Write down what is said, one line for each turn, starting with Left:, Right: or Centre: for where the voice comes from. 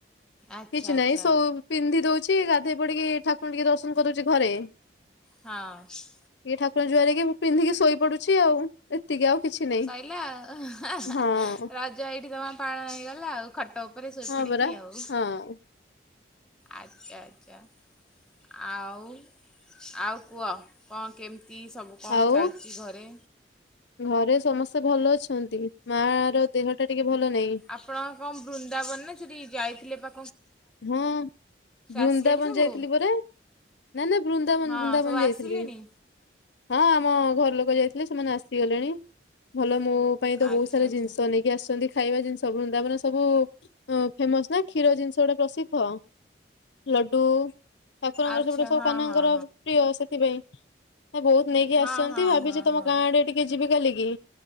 Centre: ଆଚ୍ଛା
Left: କିଛି
Centre: ଆଚ୍ଛା
Left: ନାଇଁ ସବୁ ପିନ୍ଧି ଦଉଛି ଗା। <unintelligible> ଠାକୁର ଟିକେ ଦର୍ଶନ କରୁଛି ଘରେ
Centre: ହଁ
Left: ଇଏ ଠାକୁର ଜୁହାର କି ମୁଁ ପିନ୍ଧିକି ଶୋଇ ପଡୁ ଏତିକି ଆଉ କିଛି ନାହିଁ
Centre: ସଇଲା ହା ହା
Left: ହଁ।
Centre: ରଜ ଏଇଠି ତମର ପାଳନ ହେଇଗଲା ଆଉ ଖଟ ଉପରେ ଶୋଇ
Left: ହଁ
Centre: ପଡ଼ିକି
Left: ପରା
Centre: ଆଉ
Left: ହଁ
Centre: ଆଚ୍ଛା ଆଚ୍ଛା ଆଉ ଆଉ କୁହ କଣ କେମ ତି ସବୁ କଣ
Left: ଆଉ
Centre: ଚାଲିଛି ଘରେ
Left: ଘରେ ସମସ୍ ଭଲ ଅଛନ୍ତି ମା ର ଦେହ ଟା ଟିକେ ଭଲ ନାହିଁ।
Centre: ଆପଣଙ୍କ କଣ ବୃନ୍ଦାବନ ଥିରି ଯାଇଥିଲେ ପା
Left: ହଁ ବୃନ୍ଦାବନ
Centre: ଆସିଲେଣି ସବୁ
Left: ଯାଇଥିଲି ପରା। ନା ନା ବୃନ୍ଦାବନ
Centre: ହଁ
Left: ବୃନ୍ଦାବନ
Centre: ସବୁ
Left: ଯାଇଥିଲି
Centre: ଆସିଲେଣି
Left: ହଁ ଆମ ଘର ଲୋକ ଲୋକ ଯାଇଥିଲେ ସେମାନେ ଆସିଗଲେଣି ଭଲ ମୋ ପାଇଁ ତ
Centre: ଆଚ୍ଛା
Left: ବହୁତ ସାରା
Centre: ଆଚ୍ଛା।
Left: ଜିନିଷ ନେଇକି ଆସିଛନ୍ତି। ଖାଇବା ଜିନିଷ ସବୁ ବୃନ୍ଦାବନ ସବୁ ଫେମସ୍ ନା କ୍ଷୀର ଜିନିଷ ଗୁଡା ପ୍ରସିଦ୍ଧ ଲଡୁ ଠାକୁରଙ୍କର
Centre: ଆଚ୍ଛା
Left: ସେପଟେ ସବୁ
Centre: ହଁ
Left: କାହ୍ନାଙ୍କର
Centre: ହଁ
Left: ପ୍ରିୟ ସେଥିପାଇଁ। ବହୁତ ନେଇକି
Centre: ହଁ
Left: ଆସିଛନ୍ତି
Centre: ହଁ ହଁ
Left: ଭାବିଛି
Centre: ହଁ
Left: ତମ
Centre: ହଁ।
Left: ଗାଁ ଆଡେ ଟିକେ ଯି ଯିବି କାଲି କିି